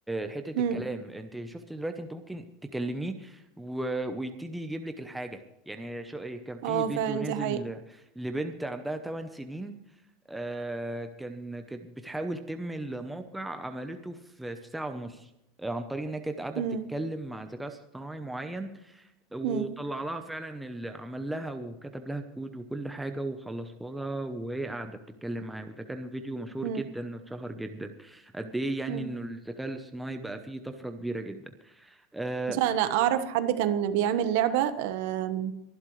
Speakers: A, in the centre; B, on the right.
A: حته
B: مم.
A: الكلام انت شفت دلوقتي انت ممكن تكلميه و- ويبتدي يجيب لك الحاجه يعني شو إيه، كان في
B: اه
A: فيديو
B: فعلا
A: نزل
B: دي حقيقة
A: لبنت عندها 8 سنين آه، كان كانت بتحاول تم الموقع عملته في في ساعة ونص عن طريق ان هي كانت قاعده
B: مم.
A: بتتكلم مع ذكاء اصطناعي معين وطلع
B: مم.
A: لها فعلا اللي عمل لها وكتب لها كود وكل حاجه وخلصها لها وهي قاعده بتتكلم معاه وده كان فيديو مشهور
B: مم.
A: جدا واتشهر جدا قد ايه يعني
B: مم.
A: انه الذكاء الاصطناعي بقى فيه طفره كبيره جدا آه
B: عشان انا اعرف حد كان بيعمل لعبة آم،